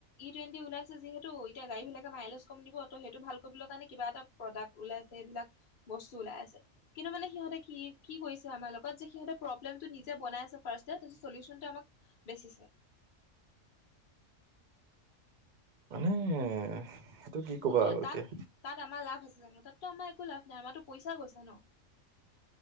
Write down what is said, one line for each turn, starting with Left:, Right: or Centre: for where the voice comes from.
Left: ই টুৱেণ্টি ওলাইছে যিহেতু, এতিয়া গাড়ী বিলাকে মাইলেজ কম দিব। ত' সেইটো ভাল কৰিবলৈ কাৰণে, কিবা এটা প্ৰডাক্ট ওলাইছে, সেইবিলাক। বস্তু ওলাই আছে। কিন্তু মানে, সিহঁতে কি -কি কৰিছে, আমাৰ লগত লগত যে, সিহঁতে প্ৰব্লেম নিজে বনাই আছে। চলিউচনটো আমাক বেচিছে।
Right: মানে, কি ক'বা
Left: সেইটোৱে!
Right: আৰু
Left: তাত,
Right: এতিয়া
Left: তাত আমাৰ লাভ আছে জানোঁ? তাততো, আমাৰ একো লাভ নাই, আমাৰতো পইচা গৈছে ন'।